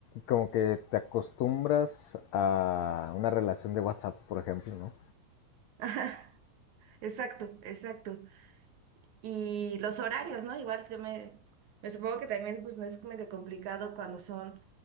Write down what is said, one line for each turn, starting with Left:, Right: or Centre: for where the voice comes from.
Left: como que te acostumbras a una relación de WhatsApp, por ejemplo, ¿no?
Right: <laughs> Ajá, exacto, exacto. Y los horarios, ¿no? Igual yo me, me supongo que también pues no es medio complicado cuando son